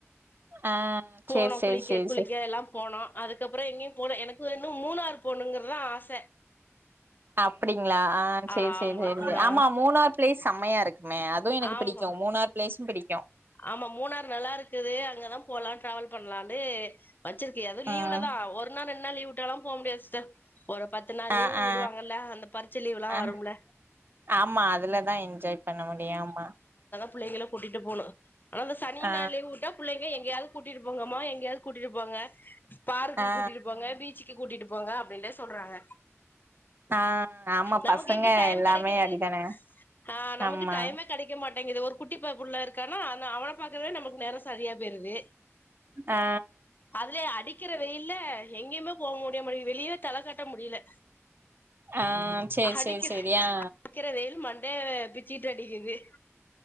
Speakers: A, on the right; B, on the left.
A: ஆ
B: போனோ
A: சேரி சேரி
B: குளிக்க
A: சேரி
B: குளிக்க
A: சேரி
B: எல்லா போனோ அதுக்கப்புற எங்கயும் போனு எனக்கு இன்னு மூணாறு போணுங்கற வ ஆச
A: அப்டிங்ளா ஆ சேரி
B: ஆமா
A: சேரி சேரிங்க
B: ஆ
A: ஆமா மூணார் ப்ளேஸ் செம்மையா இருக் குனு அதுவு எனக்கு
B: ஆமா
A: பிடிக்கு மூணாறு பிளேஸு பிடிக்
B: ஆமா மூணாறு நல்லா இருக்குது அங்கதா போலா ட்ராவல் பண்லானு வச்சிருக்கு எதோ லீவுல
A: ம்
B: லதா ஒரு நாள் ரெண்ட் நாள் லீவு விட்டாலா போ முடியாது சிஸ்டர் சோ ஒரு பத்து நாள்
A: ஆ
B: லீவு விடுவாங்கல்ல
A: ஆ
B: அந்த பறிச்ச லீவுலா
A: ஆ
B: வரும்ல
A: ஆமா அதுலதா என்ஜாய் பண்ண முடியு ஆமா
B: புள்ளைங்கள கூட்டிட்டு போணு அந்த சனி
A: ஆ
B: ஞாயிற் லீவு விட்டா புள்ளைங்க எங்கேயாது கூட்டிட்டு போங்கம்மா எங்கயாது கூட்டிட்டு போங்க பார்க்கு
A: ஆ
B: கூட்டிட் ட்டு போங்க பீச்சுக்கு கூட்டிட்டு போங்க அப்டின்ட்டே சொல்றாங்க
A: ஆ ஆமா
B: நமக்கு
A: பசங்க
B: எங்க டைம்
A: எல்லாமே
B: கெடைக்குது
A: அப்டிதானே
B: ஆ நமக்கு
A: ஆமா
B: டைமே கெடைக்க மாட்டேங்குது ஒரு குட்டி ப புள்ள இருக்கானா நா அவன பாக்கவே நமக்கு நேர சரியா போய்ருது
A: ஆ
B: அதுலே அடிக்கிற வெயில்ல இதுல எங்கேயுமே போக முடிய முடியுது வெளிய தல காட்ட முடிய்ல
A: ஆ சேரி
B: அடிக்கிது
A: சேரி சேரி ஆ
B: அடிக்கிற வெயில் மண்டைய பிச்சுகிட்டு அடிக்குது <inaudible>